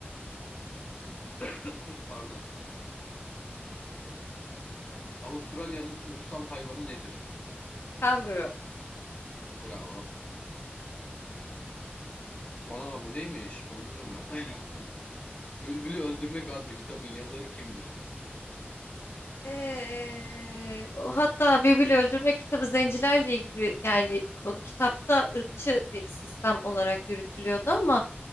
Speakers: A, on the left (about 30°); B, on the left (about 80°).
A: <coughs> Pardon. Avustralya'nın ulusal hayvanı nedir?
B: Kanguru.
A: Bravo. Ana bu neymiş? Bunu bilmiyorum ben. <laughs> Bülbülü Öldürmek adlı kitabın yazarı kimdir?
B: Ee, o hatta Bibili Öldürme kitabı zencilerle ilgili yani konu- kitapta ırkçı bir sistem olarak yürütülüyordu ama